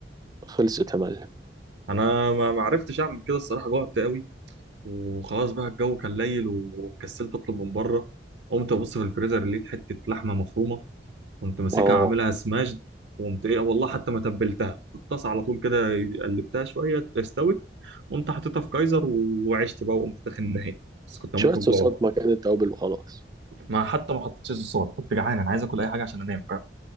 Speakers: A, on the right; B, on the right.
A: خلصت يا معلم
B: انا ما ما عرفتش اعمل كده الصراحه جوعت قوي وخلاص بقى الجو كان ليل وكسلت اطلب من بره قمت ابص في الفريزر لقيت حته لحمه مفرومه كنت ماسكها
A: اه
B: عاملها سماشد وقمت ايه والله حتى ما تبلتها في الطاسه على طول كده قلبتها شويه استوت قمت حطيتها في كايزر وعشت بقى وقمت داخل النهائي بس كنت هموت
A: شوية صوصات
B: من الجوع والله
A: مكان التوابل وخلاص
B: ما حتى ما حطيتش صوصات كنت جعان انا عايز اكل اي حاجه عشان انام فاهم